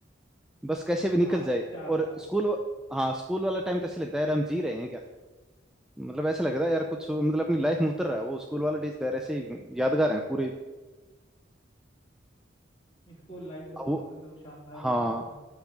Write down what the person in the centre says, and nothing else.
बस कैसे भी निकल
जाए
और
स्कूल हाँ स्कूल वाला टाइम तो ऐसे लगता है यार हम जी रहे हैं क्या मतलब ऐसे लगता है यार कुछ मतलब अपनी लाइफ में उतर रहा है वो स्कूल वाला डेज तो यार ऐसे ही यादगार है पूरे
अब
वो
हाँ